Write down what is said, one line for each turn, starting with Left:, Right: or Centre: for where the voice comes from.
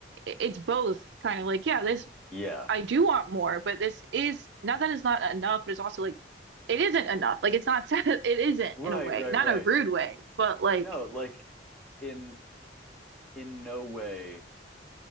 Right: it's both kind of like, yeah, this
Centre: Yeah.
Right: I do want more, but this is not that it's not enough, but it's also like it isn't enough. Like it's not. <laughs> It isn't
Centre: Right,
Right: in a way,
Centre: right,
Right: not
Centre: right.
Right: in a rude way, but like
Centre: No, like in in no way